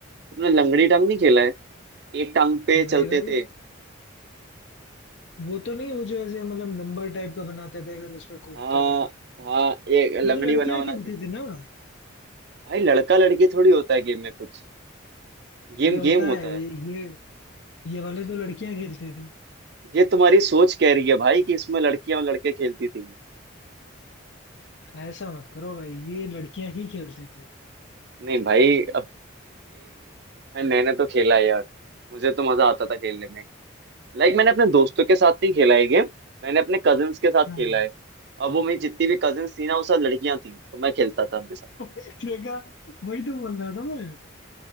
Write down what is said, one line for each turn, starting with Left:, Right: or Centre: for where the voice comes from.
Right: तुमने लंगड़ी टांग नहीं खेला है एक टांग पे
Left: नहीं
Right: चलते
Left: भाई
Right: थे
Left: वो तो नहीं वो जो ऐसे मतलब नंबर टाइप का बनाते थे अगर उस पे कूदते
Right: हाँ
Left: थे
Right: हाँ एक लंगड़ी
Left: ये तो लड़कियां
Right: बना बना
Left: खेलती
Right: के
Left: थी ना
Right: भाई लड़का लड़की थोड़ी होता है गेम में कुछ गेम
Left: अरे होता
Right: गेम होता
Left: है ये
Right: है
Left: ये ये वाले तो लड़कियां खेलती थी
Right: ये तुम्हारी सोच कह रही है भाई कि इसमें लड़कियां और लड़के खेलती थी
Left: ऐसा मत करो भाई ये लड़कियां ही खेलती थी
Right: नहीं भाई भाई मैं- मैंने तो खेला है यार मुझे तो मजा आता था खेलने में लाइक मैंने अपने दोस्तों के साथ नहीं खेला है गेम मैंने अपने कजिन्स के साथ
Left: हाँ
Right: खेला है
Left: <laughs>
Right: अब वो मेरी जितनी भी कजिन्स थी ना वो सब लड़कियां थी तो मैं खेलता था उनके साथ
Left: देखा वही तो बोल रहा था मैं